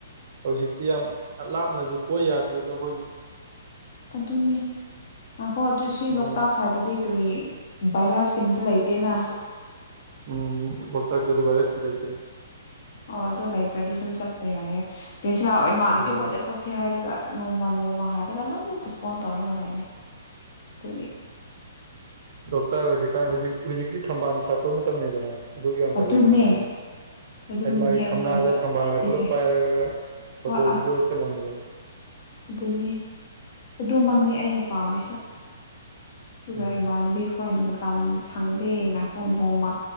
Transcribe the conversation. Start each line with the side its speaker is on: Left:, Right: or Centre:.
Right: ꯍꯧꯖꯤꯛꯇꯤ ꯌꯥꯝ ꯂꯥꯞꯅꯁꯨ ꯀꯣꯏ ꯌꯥꯗ꯭ꯔꯦꯗꯣ ꯑꯩꯈꯣꯏꯗꯤ
Left: ꯑꯗꯨꯅꯦ ꯉꯥꯏꯈꯣ ꯑꯗꯨ ꯁꯤ
Right: ꯎꯝ
Left: ꯂꯣꯛꯇꯥꯛ ꯁꯥꯏꯠꯗꯗꯤ ꯀꯔꯤ ꯚꯥꯏꯔꯁꯁꯤꯡꯗꯤ ꯂꯩꯇꯦꯅ
Right: ꯎꯝ ꯂꯣꯛꯇꯥꯛꯇꯖꯨ ꯚꯥꯏꯔꯁꯇꯤ ꯂꯩꯇꯦ
Left: ꯑꯣ ꯑꯗꯨ ꯂꯩꯇ꯭ꯔꯗꯤ ꯑꯗꯨꯝ ꯆꯠꯄ ꯌꯥꯏꯌꯦ ꯄ꯭ꯔꯦꯁꯔꯥ ꯏꯃꯥꯟꯅꯕꯤ
Right: ꯎꯝ
Left: ꯈꯣꯏꯗ ꯆꯠꯁꯦ ꯍꯥꯏꯔꯒ ꯅꯣꯡꯃ ꯅꯣꯡꯃ ꯍꯥꯏꯔꯒ ꯑꯗꯨꯝ ꯄꯣꯁꯄꯣꯟ ꯇꯧꯔꯒ ꯂꯩꯔꯦ ꯑꯗꯨꯒꯤ
Right: ꯂꯣꯛꯇꯥꯛ ꯍꯧꯖꯤꯛꯀꯥꯟ ꯍꯧꯖꯤꯛ ꯍꯧꯖꯤꯛꯇꯤ ꯊꯝꯕꯥꯜ ꯁꯥꯠꯄ ꯃꯇꯝꯅꯦꯗꯅ ꯑꯗꯨꯒꯤ ꯌꯥꯝ ꯐꯖꯕꯅꯦ
Left: ꯑꯗꯨꯅꯦ
Right: ꯑꯃꯨꯛ ꯍꯦꯟꯅ
Left: ꯑꯗꯨꯅꯅꯦ
Right: ꯑꯗꯨ ꯃꯥꯒꯤ
Left: ꯑꯩꯅ
Right: ꯊꯝꯅꯥꯗ
Left: ꯌꯥꯝ ꯆꯠꯅꯤꯡꯉꯤꯁꯦ
Right: ꯊꯝꯕꯥꯜꯒ ꯄꯨꯜꯂꯞ ꯄꯥꯏꯔꯒ ꯐꯣꯇꯣ
Left: ꯍꯣꯏ
Right: ꯚꯤꯖꯑꯣꯁꯀ
Left: ꯑꯁ
Right: ꯅꯝꯕꯗꯣ
Left: ꯑꯗꯨꯅꯦ ꯑꯗꯨꯃꯛꯅꯦ ꯑꯩꯅ ꯄꯥꯝꯃꯤꯁꯨ ꯇꯨꯒ
Right: ꯎꯝ
Left: ꯏꯃꯥꯅꯕꯤ ꯍꯣꯏꯅ ꯃ ꯇꯝ ꯁꯪꯗꯦ ꯉꯥꯏꯈꯣ ꯅꯣꯡꯃ